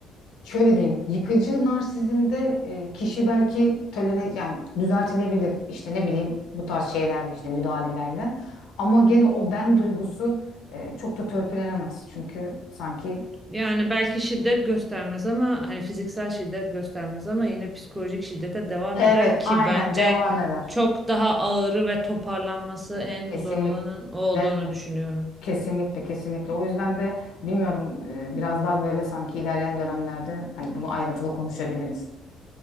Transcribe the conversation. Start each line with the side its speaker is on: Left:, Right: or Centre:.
Left: şöyle diyeyim yıkıcı narsizmde e, kişi belki tolere yani düzeltilebilir işte ne bileyim bu tarz şeylerle işte müdahalelerle ama gene o ben duygusu e, çok da törpülenemez çünkü sanki
Right: Yani belki şiddet göstermez ama hani fiziksel şiddet göstermez ama yine psikolojik şiddete devam
Left: evet
Right: eder ki
Left: aynen
Right: bence
Left: devam eder
Right: çok daha ağırı ve toparlanması en
Left: kesinlikle.
Right: zor olanın o olduğunu
Left: Evet,
Right: düşünüyorum.
Left: Kesinlikle kesinlikle. O yüzden de bilmiyorum e, biraz daha böyle sanki ilerleyen dönemlerde hani bunu ayrıntılı konuşabiliriz.